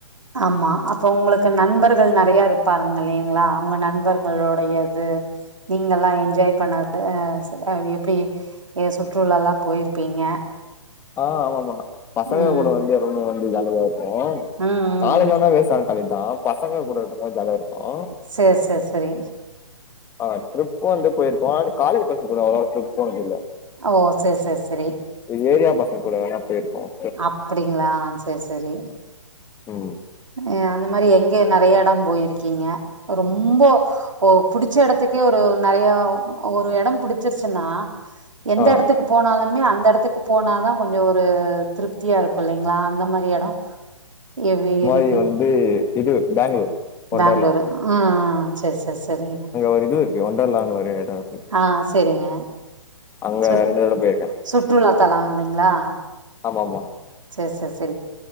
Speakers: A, on the right (about 75°); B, on the left (about 15°).
A: ஆமா அப்போ உங்களுக்கு நண்பர்கள் நறையா இருப்பாருங்க இல்லலைங்களா அந்த நண்பர்களுடைய து நீங்க எல்லாம் என்ஜாய் பண்ண அ சே அ எப்டி எ சுற்றுல்லலாம் போய்ருப்பீங்க
B: ஆ ஆமாம்மா பசங்க
A: ம்
B: கூட வந்து எப்பவுமே வந்து ஜாலியா தான் இருக்கும்
A: ம்
B: காலேஜனா
A: ம்
B: வேஸ்தா கரெக்ட் தான் பசங்க கூட இருக்கும்போது ஜாலியா இருக்கும்
A: சேர் சேர் சேரி
B: ஆ ட்ரிப் வந்து போய்ருக்கோ ஆனா காலேஜ் பசங்க கூட அவ்ளோவா ட்ரிப் போனது இல்ல
A: ஓ சேர் சேர் சேரி
B: இந்த ஏரியா பசங்க கூட எல்லாம் போய்ருக்கோம்
A: அப்டிங்களா சேர் சேரி
B: ஒ
A: அ அந்த மாரி எங்கே நறைய இடம் போயிருக்கீங்க ரொம்போ ஓ புடிச்ச இடத்துக்கே ஒரு நறையா ஒரு இடம் புடிச்சிருச்சுன்னா எந்த
B: ஆ
A: இடத்துக்கு போனாலுமே அந்த இடத்துக்கு போனாதான் கொஞ்சோ ஒரு திருப்தியா இருக்கும் இல்லைங்களா அந்த மாரி எடம் எவே இரு
B: இது வந்து இது பெங்களூர் வொண்டர்லா
A: பேங்ளூரு ஆ சேர் சேர் செரிங்க
B: ஒரு இது இருக்கு ஒண்டர்லான்னு ஒரு எடோ இருக்கு
A: ஆ செரிங்க
B: அங்க
A: சுட்
B: ரெண்டு தட போயிருக்க
A: சுற்றுலா தள இல்லைங்ளா
B: ஆமா ஆமா
A: சேர் சேர் செரி